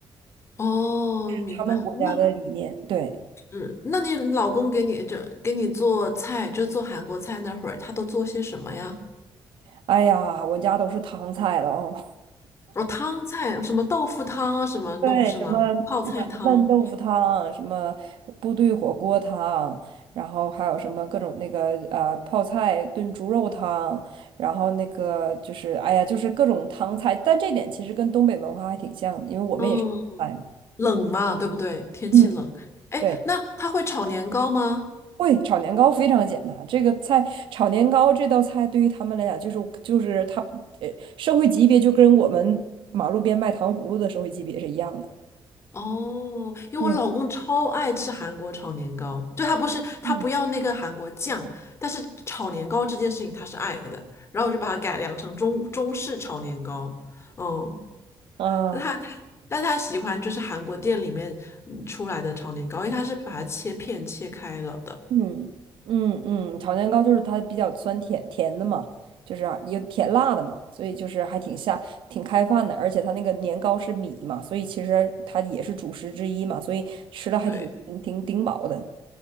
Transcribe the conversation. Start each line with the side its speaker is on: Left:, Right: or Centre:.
Left: 哦，明白，
Right: 他们国家的理念。
Left: 那
Right: 对，
Left: 是，那你老公给你就给你做菜，就做韩国菜那会儿，他都做些什么呀？
Right: 哎呀，我家都是汤菜了哦。
Left: 哦，汤菜，什么豆腐汤啊，什么弄是吗？
Right: 对，什么
Left: 泡菜汤。
Right: 烂烂豆腐汤，什么部队火锅汤，然后还有什么各种那个呃泡菜炖猪肉汤，然后那个就是哎呀，就是各种汤菜，但这点其实跟东北文化还挺像的，因为我们也是川菜嘛。
Left: 嗯。冷嘛，对不对？天气冷，
Right: 嗯，
Left: 哎，
Right: 对，
Left: 那他会炒年糕吗？
Right: 会炒年糕非常简单，这个菜炒年糕这道菜对于他们来讲就是就是他呃社会级别就跟我们马路边卖糖葫芦的社会级别是一样的。
Left: 哦，因为我老公超爱吃韩国炒年糕，
Right: 嗯
Left: 就他不是他不要那个韩国酱，
Right: 嗯。
Left: 但是炒年糕这件事情他是爱的，然后我就把它改良成中中式炒年糕，嗯，
Right: 啊。
Left: 但他他但他喜欢就是韩国店里面嗯出来的炒年糕，因为他是把它切片切开了的，
Right: 嗯嗯嗯，炒年糕就是它比较酸甜甜的嘛，就是啊有甜辣的嘛，所以就是还挺下挺开饭的，而且它那个年糕是米嘛，所以其实它也是主食之一嘛，所以吃的还挺挺挺顶饱的。
Left: 对，